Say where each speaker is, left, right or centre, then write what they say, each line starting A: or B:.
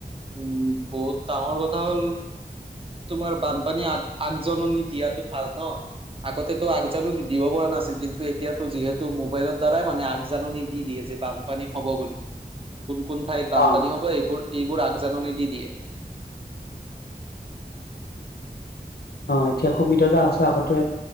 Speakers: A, on the right; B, on the left.
A: উম বহুত ডাঙৰ কথা হ'ল তোমাৰ বানপানী আগ আগজাননী, দিয়াতটো ভাল ন'? আগতেটো আগজাননি দিব পৰা নাছিল, কিন্তু এতিয়াতো, যিহেতু মোবাইলৰ দ্বাৰাই মানে আগ জাননী দি দিয়ে যে, বানপানী হব বুলি। কোন কোন ঠাইত বানপানী
B: অ
A: হব এইবোৰ এইবোৰ আগজাননী দি দিয়ে।
B: অ ', এতিয়া সুবিধা এটা আছে আগতে,